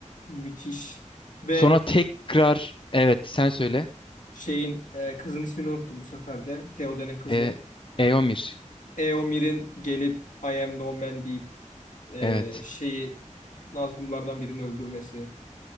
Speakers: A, on the left; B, on the left.
A: Müthiş. Ve
B: Sonra tekrar evet sen söyle.
A: şeyin e, kızın ismini unuttum bu sefer de. Theoden'in kızı.
B: E, Eomir.
A: Eomir'in gelip I am no man deyip e,
B: Evet.
A: şeyi Nazgullardan birini öldürmesi.